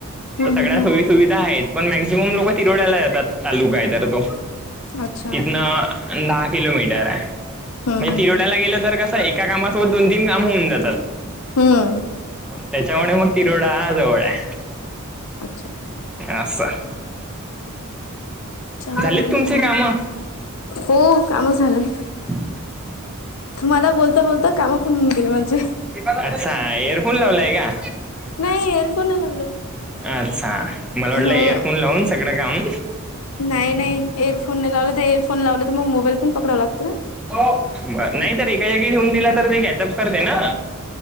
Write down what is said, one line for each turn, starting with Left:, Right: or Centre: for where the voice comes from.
Left: हम्म
Centre: तर सगळ्या
Left: हम्म हम्म
Centre: सोयी. सुविधा आहेत. पण मॅक्झिमम लोकं तिरोवड्याला जातात तालुका आहे. तर तो
Left: अच्छा.
Centre: तिथनं अन दहा किलोमीटर आहे.
Left: हम्म
Centre: म
Left: हम्म
Centre: तिरोड्याला
Left: हम्म
Centre: गेलं तर, कस एक त्या कामासोबत दोन तीन काम होऊन जातात.
Left: हम्म
Centre: त्याच्यामुळे मग तिरोडा जवळ आहे.
Left: अच्छा.
Centre: हे आसं
Left: छान
Centre: झालेत
Left: आहे मग
Centre: तुमचे
Left: तर,
Centre: कामं
Left: हो काम झालंय.
Centre: हम्
Left: तुम्हाला बोलता, बोलता कामा पण होऊन गेले माझे.
Centre: अच्छा एअरफोन लावलाय का
Left: नाही एअरफोन नाही लावले.
Centre: अच्छा मला
Left: हम्म
Centre: वाटलं एयरफोन लावून सगळं काम
Left: नाही नाही एयरफोन नाही लावले. ते एयरफोन लावलं तर मग मोबाईल पण पकडावं लागतं ना.
Centre: बर नाही, तर एका जागी ठेऊन दिला, तर ते कॅचअप करते ना.